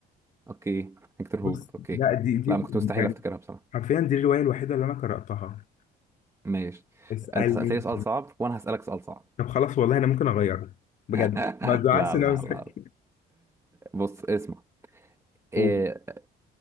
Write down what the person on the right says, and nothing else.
اوكي هيكتور هوجو
اوكي
لا
ما كنت مستحيل
افتكرها بصراحة
ماشي
انت سألتني سؤال صعب وانا هسألك سؤال صعب
<laughs>
لا لا
لا بص اسمع آه،